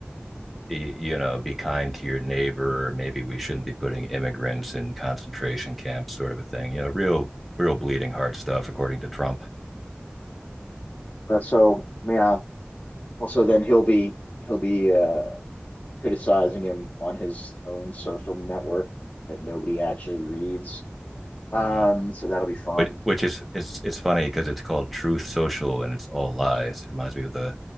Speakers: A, in the centre; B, on the left.
A: you know, be kind to your neighbor, or maybe we shouldn't be putting immigrants in concentration camps, sort of a thing. You know, real, real bleeding heart stuff, according to Trump.
B: Uh, so yeah, Well, so then he'll be he'll be uh, criticizing him on his own social network that nobody actually reads. Um,
A: Mm-hmm
B: so that'll be fun.
A: which
B: Of
A: which is it's it's funny because it's called Truth Social and it's all lies. It reminds me of the